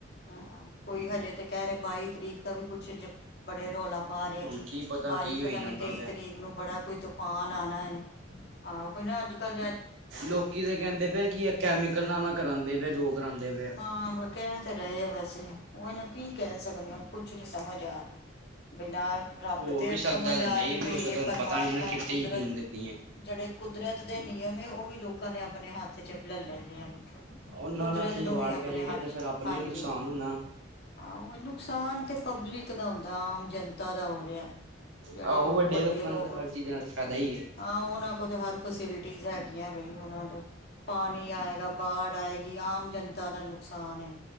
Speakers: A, on the left (about 55°); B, on the right (about 85°).
A: ਹਾਂ, ਕੋਈ ਹਜੇ ਤੇ ਕਹਿ ਰਹੇ ਬਾਈ ਤਰੀਕ ਦਾ ਵੀ ਕੁਛ ਬੜੇ ਰੌਲਾ ਪਾ ਰਹੇ ਹੈ
B: ਹੁਣ
A: ਕਿ
B: ਕੀ
A: ਬਾਈ
B: ਕੀ ਹੋਈ
A: ਪਤਾ
B: ਜਾਂਦਾ
A: ਨੀ ਤੇਈ
B: ਪਿਆ
A: ਤਰੀਕ ਨੂੰ ਬੜਾ ਕੋਈ ਤੂਫਾਨ ਆਣਾ ਹੈ ਆਹੋ ਕਈ ਨਾ ਅੱਜ ਕੱਲ੍ਹ
B: ਲੋਕੀ ਤੇ ਕਹਿੰਦੇ ਪਏ ਕੀ ਇਹ ਕੈਮੀਕਲ ਨਾ ਨਾਲ ਕਰਾਉਂਦੇ ਪਏ ਜੋ ਕਰਾਉਂਦੇ ਪਏ ਆ।
A: ਹਾਂ ਕਹਿ ਤੇ ਰਹੇ ਆ ਵੈਸੇ ਉਹ ਇਹ ਨਾ ਕੀ ਕਹਿ ਸਕਦੇ ਹਾਂ ਕੁਛ ਨੀ ਸਮਝ ਆ ਰਹੀ ਬੇ ਨਾ ਰੱਬ
B: ਹੋ
A: ਤੇ
B: ਵੀ ਸਕਦਾ
A: ਸਮਝ
B: ਤੇ
A: ਆ
B: ਨਹੀਂ
A: ਰਹੀ ਹੈ
B: ਵੀ
A: ਬਈ
B: ਹੋ
A: ਇਹ
B: ਸਕਦਾ ਹੁਣ
A: ਪਰਮਾਤਮਾ
B: ਪਤਾ ਨੀ ਨਾ ਕਿਤੇ
A: ਕੁਦਰਤ
B: ਯਕੀਨ ਕਰੀਏ।
A: ਜਿਹੜੇ ਕੁਦਰਤ ਦੇ ਨਿਯਮ ਏ ਉਹ ਵੀ ਲੋਕਾਂ ਨੇ ਆਪਣੇ ਹੱਥ ਚ ਲਲੇ ਦੇ ਆਨੇ।
B: ਉਹਨਾਂ
A: ਕੁਦਰਤ
B: ਨਾਲ ਖਿਲਵਾੜ
A: ਨੂੰ ਵੀ ਆਪਣੇ
B: ਕਰੇਗੇ
A: ਹੱਥ
B: ਤੇ
A: ਚ,
B: ਫੇਰ ਆਪਣਾ
A: ਹਾਂਜੀ।
B: ਹੀ ਨੁਕਸਾਨ ਹੋਣਾ।
A: ਆਹੋ ਨੁਕਸਾਨ ਤੇ ਪਬਲਿਕ ਦਾ ਹੁੰਦਾ ਆਮ ਜਨਤਾ ਦਾ ਹੋ ਰਿਹਾ। ਜਿਹੜੇ
B: ਆਹੋ
A: ਲੋਕ
B: ਵੱਡੇ ਲੋਕਾਂ
A: ਲੋਕ
B: ਨੂੰ ਤਾਂ ਹਰ ਚੀਜ਼ਾਂ ਦਾ ਫਾਇਦਾ ਹੀ ਹੈ।
A: ਹਾਂ ਉਹਨਾਂ ਕੋਲ ਤਾਂ ਹਰ ਫੈਸਿਲਿਟੀਜ਼ ਹੈਗੀਆਂ ਬਈ ਉਹਨਾਂ ਦਾ ਪਾਣੀ ਆਏਗਾ, ਬਾੜ ਆਏ ਗੀ ਆਮ ਜਨਤਾ ਦਾ ਨੁਕਸਾਨ ਹੈ